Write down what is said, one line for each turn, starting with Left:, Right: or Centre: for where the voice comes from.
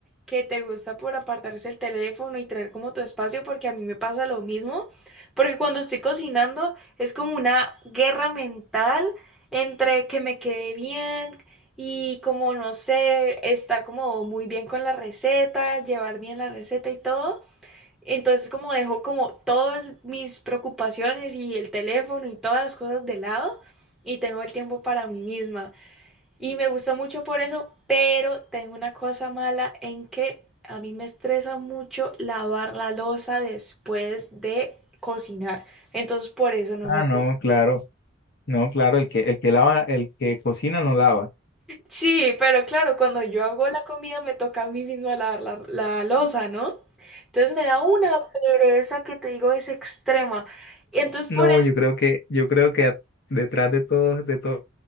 Centre: que te gusta por apartarse el teléfono y tener como tu espacio, porque a mí me pasa lo mismo, porque cuando estoy cocinando es como una guerra mental entre que me quede bien. Y como no sé, estar como muy bien con la receta, llevar bien la receta y todo. Entonces como dejo como todas mis preocupaciones y el teléfono y todas las cosas de lado y tengo el tiempo para mí misma. Y me gusta mucho por eso, pero tengo una cosa mala en que a mí me estresa mucho lavar la loza después de cocinar. Entonces por eso no
Left: Ah,
Centre: me
Left: no,
Centre: gusta.
Left: claro. No, claro, el que, el que lava, el que cocina no lava.
Centre: Sí, pero claro, cuando yo hago la comida me toca a mí misma lavar la, la loza, ¿no? Entonces me da una pereza que te digo es extrema. Y entonces
Left: No,
Centre: por
Left: yo creo que, yo creo que a- detrás de todo, de todo